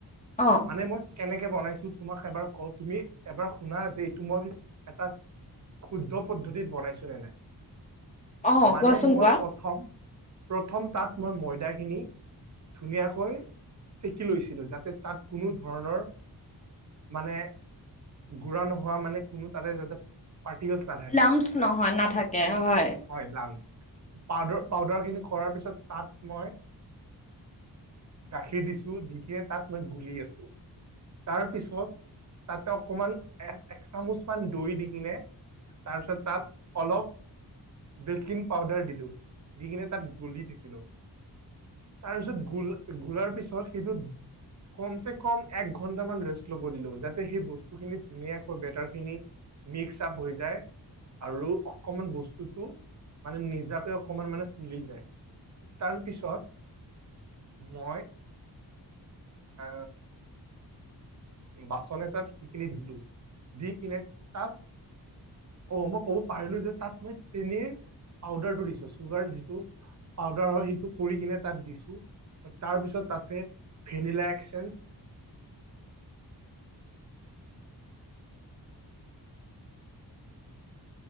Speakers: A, on the left; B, on the right.
A: অ
B: মানে মই, কেনেকে বনাইছো তোমাক এবাৰ ক তুমি এবাৰ শুনা যে এইটো মই এটা, শুদ্ধ পদ্ধতিত বনাইছো নে নাই।
A: অ
B: মানে
A: কোৱাচোন
B: মই
A: কোৱা
B: প্ৰথম প্ৰথম তাত মই ময়দাখিনি, ধুনীয়াকৈ চেকি লৈছিলোঁ যাতে তাত কোনো ধৰণৰ, ভানে গুৰা নোহোৱা মানে কোনো তাতে যাতে, পাৰিকেলছ না
A: নামচ নহয় নাথাকে হয়।
B: হয় লাংচ। পাউদাৰ পাউদাৰ খিনি কৰাৰ পাছত তাত মই, গাখীৰ দিছো দি কিনে তাত মই গুলি আছো। তাৰ পিছত তাতে অকনমান এ এক চামুচ মান দৈ দি কিনে তাৰপিছত তাত অলপ, বেকিং পাউদাৰ দিলোঁ, দি কিনে তাত গুলি থাকিলোঁ। তাৰপিছত গোল গোলাৰ পিছত সেইটোত, কম চে কম এক ঘন্টা মান ৰেষ্ট লব দিলো যাতে সেই বস্তুখিনি ধুনীয়াকৈ বেটাৰ খিনি, মিক্স আপ হৈ যায় আৰু অকনমান বস্তুটো মানে নিজাকৈ, অকমান মানে ফুলি যায় তাৰ পিছত মই, আ বাচন এটাত সিখিনি দিলো দি কিনে তাত, অ মই ক'ব পাহৰিলো যে তাত মই চেনীৰ পাউদাৰটো দিছো চুগাৰ যিটো, পাউদাৰ হয় সেইটো কৰি কিনে তাত দিছো তাৰ পিছত তাতে ভেনিলা এক্সেঞ্জ,